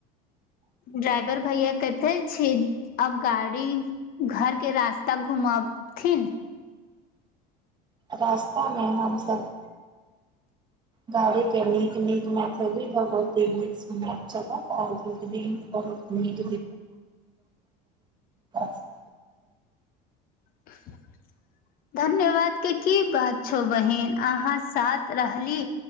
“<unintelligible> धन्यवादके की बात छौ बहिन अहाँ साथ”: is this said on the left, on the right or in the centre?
Left